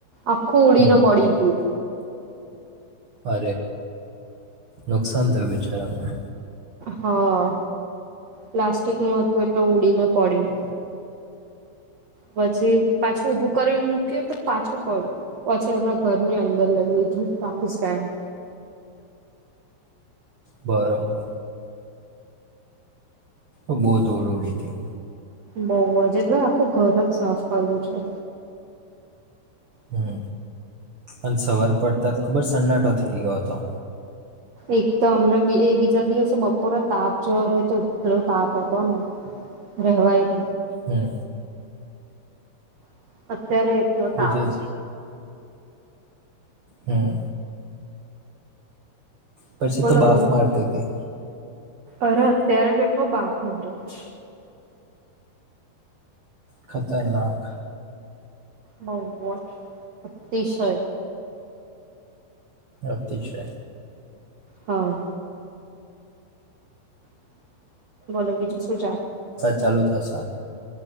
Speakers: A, on the right; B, on the right.
A: અખું ઉડી
B: હમ
A: ન પડીું.
B: અ નુકસાન થાય વિચારાને.
A: હા પ્લાસ્ટિક નું હતું એટલું ઉડીને પડ્યું. પછી પાછું ઉભું કરીને મૂક્યું તો પાછું પડ્યું પછી આપણા ઘરની અંદર લઈ લીધું આખું સ્ટેન્ડ.
B: બરોબર. ઓ બહુ ઓળ ઓળડી થથી.
A: બઉ એટલે આખું ઘર જ સાફ કરવું છે.
B: હમ અને સવાર પડતા ખબર સન્નાટો થઇ ગયો હતો.
A: એક તો અમને એ બીજા દિવસે બપોરે તાપ જોયો હોય તો એટલો તાપ હતો ને રહેવાય જ.
B: હમ.
A: અચ્છા. અત્યારે એટલો
B: બીજા
A: તાપ છે.
B: હમ. પછી
A: બોલો
B: તો બાફ
A: બોલો
B: મારતી હતી.
A: અરે અત્યારે કેટલો બાફ મારે્યો છે.
B: ખતરનાક.
A: બહ અતિશય.
B: અતિશય.
A: હા. <inaudible> બોલો બીજું શું જાણ.
B: ચાલુત થશે.